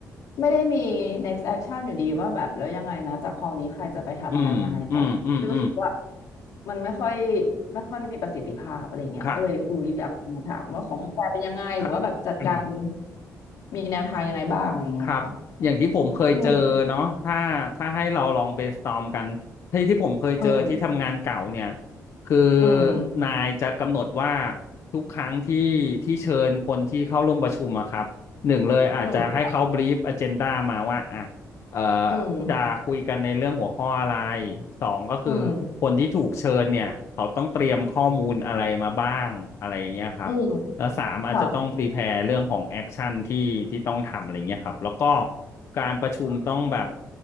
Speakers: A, on the left (about 80°); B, on the left (about 50°).
A: ไม่ได้มี next action อยู่ดีว่าแบบแล้วยังไงนะจากคอนี้ใครจะไปทำอะไรยังไงต่อ
B: อืมอืมอืมอืม
A: รู้สึกว่ามันไม่ค่อยไม่ค่อยมีประสิทธิภาพอะไรเงี้ยก็เลยเอออยากมาถามว่าของคุณแปเป็นยังไงหรือว่าแบบจัดการ
B: ค่ะ <coughs> ค่ะ
A: มีแนวทางยังไงบ้างอะไรเงี้ยค่ะ
B: ครับอย่างที่ผมเคยเจอเนาะถ้าถ้าให้เราลอง
A: อืม
B: brainstorm กันที่ที่ผมเคยเจอที่ทำงานเก่าเนี่ย
A: อืม
B: คือ
A: อืม
B: นายจะกำหนดว่าทุกครั้งที่ที่เชิญคนที่เข้าร่วมประชุมอะครับหนึ่งเลยอาจจะให้เขา
A: อืม
B: brief agenda มาว่าอ่ะเอ่อ
A: อืม
B: จะคุยกันในเรื่องหัวข้ออะไรสองก็คือคนที่ถูกเชิญเนี่ยเขาต้องเตรียมข้อมูลอะไรมาบ้างอะไรอย่างเงี้ยครับ
A: อืมอืม
B: แล้วสามอาจจะต้องพรีแพร์เรื่องของแอคชั่นที่ที่ต้องทำอะไรเงี้ยครับแล้วก็
A: ค่ะ
B: การประชุมต้องแบบ